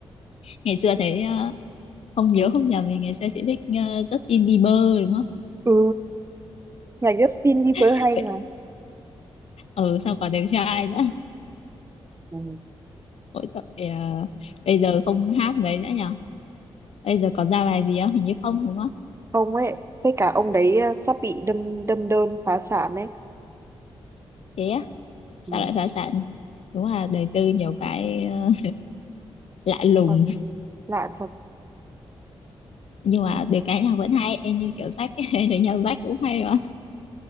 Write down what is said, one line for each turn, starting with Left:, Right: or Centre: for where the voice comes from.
Left: ngày xưa thấy ờ, không nhớ không nhầm thì ngày xưa chị thích ờ, Justin Bieber đúng không
Right: ừ nhạc Justin Bieber
Left: <laughs>
Right: hay mà
Left: ừ sao còn đẹp trai nữa
Right: ừ.
Left: mỗi tội ờ, bây giờ không hát mấy nữa nhở bây giờ còn ra bài gì không hình như không đúng không
Right: ông ấy với cả ông đấy ờ, sắp bị đâm đâm đơn phá sản ấy
Left: thế á sao
Right: Ừ.
Left: lại phá sản đúng là đời tư nhiều cái ờ, lạ lùng
Right: thật lạ thật
Left: nhưng mà được cái nhạc vẫn hay em như kiểu Jack <laughs> ấy, thì nhạc Jack cũng hay mà